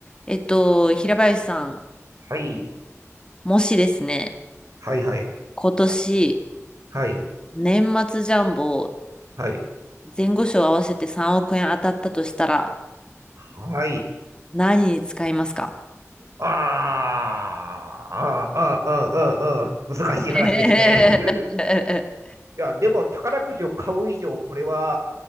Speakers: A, on the left; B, on the right.
A: えっと、平林さん、
B: はい。
A: もしですね、
B: はいはい。
A: 今年、
B: はい。
A: 年末ジャンボ、
B: はい。
A: 前後賞合わせて3億円当たったとしたら、
B: はい。
A: 何に使いますか
B: ああ、ああ、ああ、ああ、難しい話ですね。
A: ええ
B: <laughs> いや、でも宝くじを買う以上、これは